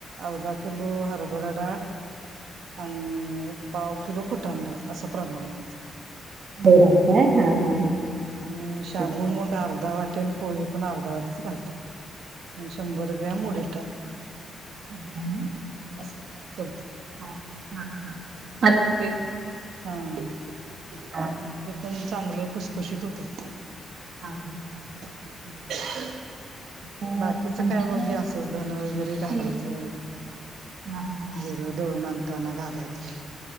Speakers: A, on the right; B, on the right.
A: अर्धा किलो हर. हरबरा डाळ आणि पाव किलो फुटाणा डाळ असं प्रमाण आहे आचं.
B: <unintelligible>
A: आणि शाबू
B: हां
A: मग अर्धा वाटे आणि पोहे पण अर्धा वाटेच घालतय शंभर ग्रॅम उडीद डाळ.
B: <inaudible>
A: अससं करत
B: ह हा हा हा
A: ते हा ते
B: हां
A: पण. चांगलं खुसखुशीत होत्यात.
B: हा हा.
A: ह्.
B: अ,
A: बाकीच
B: आमच्याकडे
A: काय म्हणजे असच धन वगैरे घालायचं.
B: शे हां हां हां
A: जिरं दळून आणंतना घालायचं.